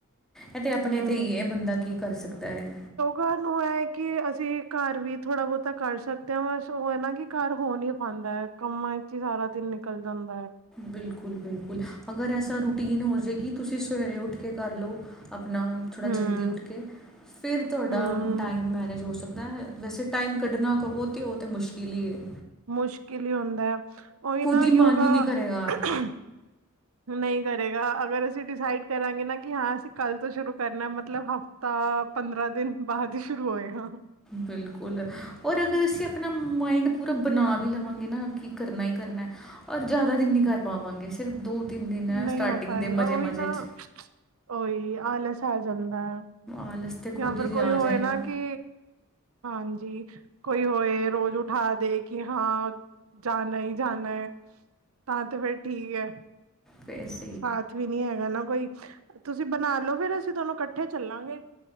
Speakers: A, in the centre; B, on the right (about 75°).
A: ਇਹ ਤੇ ਆਪਣੇ
B: ਹਮ
A: ਤੇ ਈ ਏ ਬੰਦਾ ਕੀ ਕਰ ਸਕਦਾ ਹੈ?
B: ਘਰ ਨੂੰ ਇਹ ਕਿ ਅਸੀਂ ਘਰ ਵੀ ਥੋੜਾ-ਬਹੁਤਾ ਕਰ ਸਕਦੇ ਹਾਂ ਬਸ ਉਹ ਹੈ ਨਾ ਕਿ ਘਰ ਹੋ ਨਹੀਂ ਪਾਉਂਦਾ ਹੈ। ਕੰਮਾਂ ਵਿਚ ਹੀ ਸਾਰਾ ਦਿਨ ਨਿਕਲ ਜਾਂਦਾ ਹੈ।
A: ਬਿਲਕੁਲ-ਬਿਲਕੁਲ ਅਗਰ ਐਸਾ ਰੂਟੀਨ ਹੋ ਜੇ ਕੀ ਤੁਸੀਂ ਸਵੇਰੇ ਉੱਠ ਕੇ ਕਰ ਲਓ। ਆਪਣਾ ਥੋੜ੍ਹਾ
B: ਹਮ
A: ਜਲਦੀ ਉੱਠ ਕੇ ਫਿਰ ਤੁਹਾਡਾ
B: ਹਮ
A: ਟਾਈਮ ਮੈਨੇਜ ਹੋ ਸਕਦਾ ਏ ਵੈਸੇ ਟਾਈਮ ਕੱਢਣਾ ਕਵੋ ਤੇ ਉਹ ਤੇ ਮੁਸ਼ਕਿਲ ਈ ਏ।
B: ਮੁਸ਼ਕਿਲ ਹੀ ਹੁੰਦਾ ਹੈ ਉਹੀ ਨਾ
A: ਹੀ
B: ਯੋਗਾ
A: ਮਨ ਹੀ ਨਹੀਂ ਕਰੇਗਾ ਤਾਂ <unintelligible>
B: <unintelligible> ਨਹੀਂ ਕਰੇਗਾ ਅਗਰ ਅਸੀਂ ਡਿਸਾਈਡ ਕਰਾਂਗੇ ਨਾ ਕਿ ਹਾਂ ਅਸੀਂ ਕੱਲ੍ਹ ਤੋਂ ਸ਼ੁਰੂ ਕਰਨਾ ਮਤਲਬ ਹਫ਼ਤਾ ਪੰਦਰਾਂ ਦਿਨ ਬਾਅਦ ਹੀ ਸ਼ੁਰੂ ਹੋਏ ਹਾਂ।
A: ਬਿਲਕੁਲ ਔਰ ਅਗਰ ਅਸੀਂ ਆਪਣਾ ਮਾਈਂਡ ਪੂਰਾ ਬਣਾ ਵੀ ਲਵਾਂਗੇ ਨਾ ਕਿ ਕਰਨਾ ਹੀ ਕਰਨਾ ਔਰ ਜ਼ਿਆਦਾ ਦਿਨ ਨੀ ਕਰ ਪਾਵਾਂਗੇ ਸਿਰਫ ਦੋ ਤਿੰਨ ਦਿਨ ਹੈ
B: ਨਹੀਂ
A: ਸਟਾਰਟਿੰਗ
B: ਹੋ ਪਾਏਗਾ
A: ਦੇ ਮਜ਼ੇ -ਮਜ਼ੇ
B: ਉਹੀ ਨਾ
A: 'ਚ
B: ਉਹੀ ਆਲਸ ਆ ਜਾਂਦਾ ਐ
A: ਆਲਸ ਤਾਂ
B: ਜਾਂ
A: ਖੁਦ
B: ਫਿਰ
A: ਹੀ
B: ਕੋਈ
A: ਆ
B: ਹੋਏ
A: ਜਾਏਗਾ
B: ਨਾ ਕਿ ਹਾਂਜੀ ਕੋਈ ਹੋਏ ਰੋਜ਼ ਉਠਾ ਦੇ ਕਿ ਹਾਂ। ਜਾਣਾ ਹੀ ਜਾਣਾ ਹੈ ਤਾਂ ਤੇ ਫੇਿਰ ਠੀਕ ਹੈ।
A: ਫੇਸ
B: ਸਾਥ ਵੀ ਨਹੀਂ ਹੈਗਾ ਨਾ ਕੋਈ, ਤੁਸੀਂ ਬਣਾ ਲਓ ਫੇਿਰ ਅਸੀਂ ਦੋਵੇ ਇਕੱਠੇ ਚੱਲਾਂਗੇ।